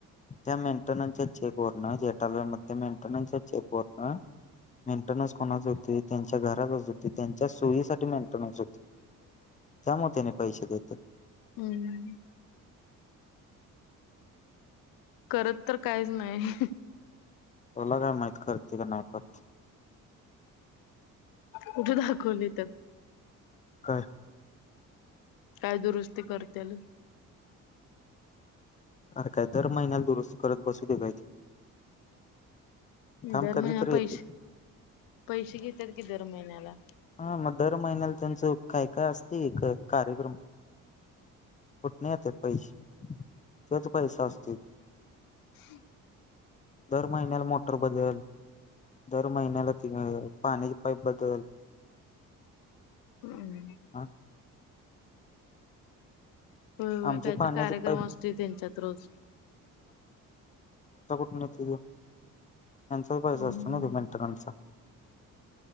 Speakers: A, on the left; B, on the left.
A: त्या चेक व जेटाल मध्ये मेंटेनच्या चेक वरण मेंटेनन्स कोणाच होते त्यांच्या घरातच होती त्यांच्या सोयीसाठी मेंटेनन्स होते त्यामुळे त्यानी पैसे देतात
B: हम्म करत तर काहीच नाही
A: तुला काय माहित करते का नाही करते
B: कुठे दाखवली तर
A: काय
B: काय दुरुस्त ते करतल
A: अर काय दर महिन्याला दुरुस्ती करत बसूदे काय ते थांब
B: दर
A: कधी
B: महिना
A: तरी येते
B: पैसे पैसे घेतात कि दर महिन्याला
A: हा मग दर महिन्याला त्यांचं काय काय असते एक कार्यक्रम कुठ नाही येते पैसे ते तर पैसा असत
B: हम्
A: दर महिन्याला मोटर बदल दर महिन्याला त पाणी पाईप बदल
B: हम्म
A: ह
B: होय होय
A: आमचे
B: काहीतर
A: पाण्याचे
B: कार्यक्रम
A: पाईप
B: असतील त्यांच्यात रोज
A: न त त्यांचा पैसा
B: हम्म
A: असतो ना मेंटेनन्सचा.